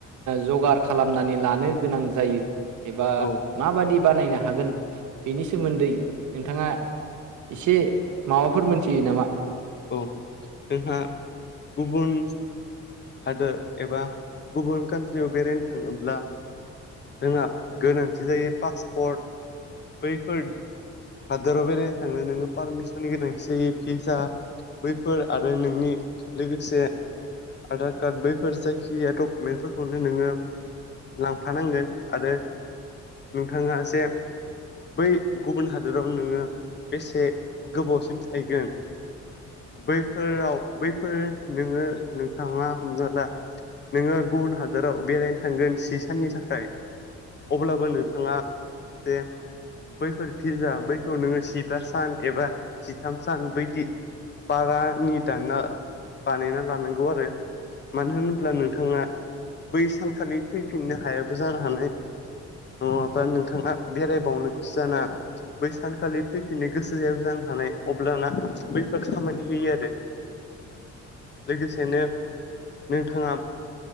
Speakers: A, on the right (about 75°); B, on the left (about 35°).
A: जगार खालामनानै लानो गोनां जायो एबा
B: औ
A: माबादि बानायनो हागोन बेनि सोमोन्दै नोंथाङा एसे माबाफोर मोनथियो नामा
B: औ जोंहा गुबुन हादोर एबा गुबुन कान्ट्रियाव बेरायनो थाङोब्ला जोंहा गोनांथि जायो पासपर्ट बैफोर हादोराव बेरायनो थांनो नोङो पारमिसननि गोनांथि जायो फिसआ बैफोर आरो नोंनि लोगोसे आधार कार्ड बैफोर जायखिाया डकुमेन्टफोरखौनो नोङो लांफानांगोन आरो नोंथाङा जे बै गुबुन हारि होदोराव नोङो बेसे गोबावसिम थायगोन बैफोराव बैफोर नोङो नोंथाङा हमना ला नोङो गुबुन हादराव बेरायनो थांगोन सि साननि थाखाय अब्लाबो नोंथाङा जे बैफोर फिर्जा बैखौ नोङो जिबा सान एबा जिथाम सान बायदि बारानि दाना बानायना लानांगौ आरो मानो होन्ला नोंथाङा बै सानखालि फैफिननो हायाबो जानो हानाय नङाबा नोंथाङा बेरायबावनो गोसो जाना बै सानखालि फैफिननो गोसो जाब जानो हानाय अब्लाना बैफोर खामानि होयो आरो लोगोसेनो नोंथाङा